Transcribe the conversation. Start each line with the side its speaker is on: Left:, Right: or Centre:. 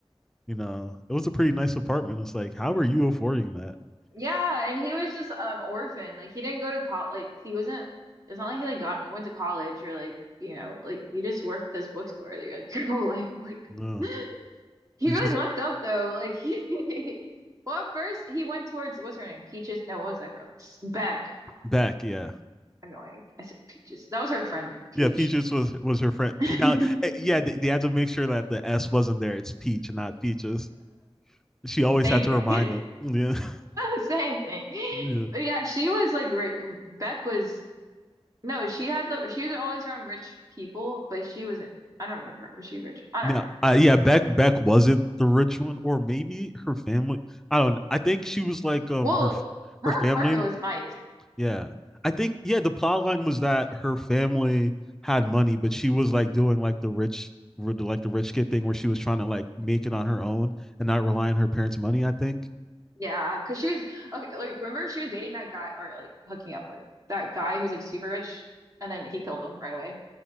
Centre: you know, it was a pretty nice apartment. It's like, how are you affording that?
Right: Yeah, and he was just an orphan. Like he didn't go to college. Like he wasn't. It's not like he like got went to college or like you know like you just worked at this bookstore like, your- like <laughs> your whole life. Like
Centre: No,
Right: <laughs> he really
Centre: you just
Right: lucked up though. Like he. <laughs> Well, at first he went towards what's her name? Peaches. No, what was that girl? Beck.
Centre: back, yeah,
Right: Annoying. I said Peaches. That was her friend Peach.
Centre: yeah. Peaches was was her friend.
Right: <laughs> Same
Centre: Now, eh, yeah, they, they had to make sure that the S wasn't there. It's Peach, and not Peaches. She always
Right: thing.
Centre: had to remind
Right: <laughs>
Centre: them. <laughs> Yeah,
Right: Same thing.
Centre: yeah.
Right: But yeah, she was like ri Beck was No, she had the she was always around rich people, but she wasn't. I don't remember. Was she rich? I don't
Centre: No,
Right: know.
Centre: uh, yeah, Beck Beck wasn't the rich one, or maybe her family. I don't. know. I think she was like um
Right: Well,
Centre: her
Right: her
Centre: her family
Right: apartment was nice.
Centre: Yeah. I think yeah, the plot line was that her family had money, but she was like doing like the rich like the rich kid thing where she was trying to like make it on her own and not rely on her parents' money, I think.
Right: Yeah, because she was okay. Like, remember she was dating that guy or like hooking up with that guy who was like super rich, and then he killed him right away.